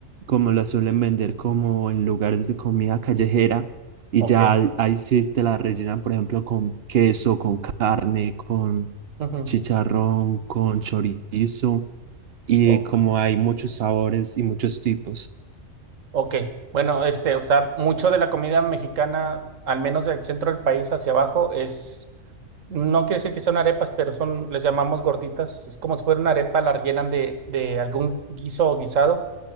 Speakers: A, on the right (about 55°); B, on the right (about 70°).
A: como las suelen vender como en lugares de comida callejera, y
B: Ok.
A: ya ahí ahí sí te la rellenan, por ejemplo, con queso, con carne, con
B: ujú,
A: chicharrón, con chorizo, y
B: Ok.
A: como hay muchos sabores y muchos tipos.
B: Ok. Bueno, este, o sea, mucho de la comida mexicana, al menos del centro del país hacia abajo, es, no quiere decir que son arepas, pero son, les llamamos gorditas. Es como si fuera una arepa, la rellenan de, de algún guiso o guisado.